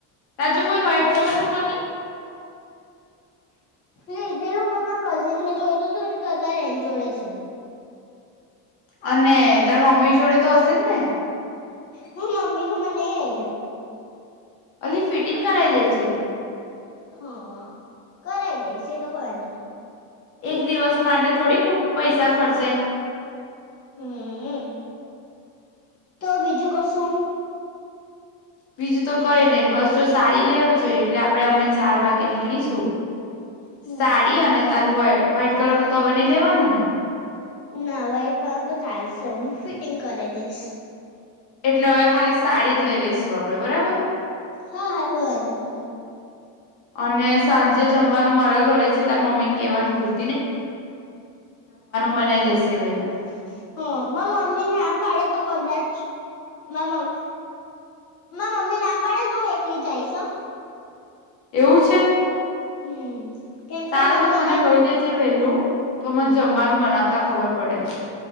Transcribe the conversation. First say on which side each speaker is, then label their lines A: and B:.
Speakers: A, on the left; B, on the left.
A: તાર જોડે કોઈ વ્હાઈટ કલરનું નહીં.
B: મેં લીધેલું પણ માર કઝિનને જોયતું હતું ને તો અતારે એન જોડે છે.
A: અને <unintelligible> મમ્મી જોડે તો હશે જ ને.
B: હું મમ્મીનું મા નઈ આઈ રેમ.
A: અલી ફિટિંગ કરાય દેજે.
B: હ, કરાય દયસ એતો કોય વાંધો ની.
A: એક દિવસ માટે થોડીક પૈસા ખર્ચાય.
B: હમ, તો બીજું કશું.
A: બીજું તો કય નય બસ જો સાડી લેવા જોઈએ એટલે આપડે અમને ચાર વાગે નીકળીશું
B: હમ
A: સાડી અને. તારું વ્હાઈટ કલર નું તો હવે નઈ લેવાનું ને.
B: ના વ્હાઈટ કલર તો ચાલશે હું ફિટિંગ કરાવ દઈશ
A: એટલે હવે ખાલી સાડી જ લઈ લઈશું આપડે બરાબર
B: હા હા કોઈ વાંધો નહી
A: અને સાંજે જમવા ું મારા ઘરે છે ત્યા મમ્મીને કેવાનું ભૂલ
B: હ
A: બનાઈ
B: હ
A: દેશે
B: હ
A: વેલા
B: હ મમ્મી ના પાાડે તો કદાચ મમ્મી મમ્મી ના પાડે ને તો એકલી જઈશ
A: એવું છે
B: હમ કેમ
A: સારું
B: કે મમ્મી
A: તો મને
B: ને
A: કહી દેજ વેલું તો
B: હમ
A: મને જમવાનું બનાવતા ખબર પડે <inaudible>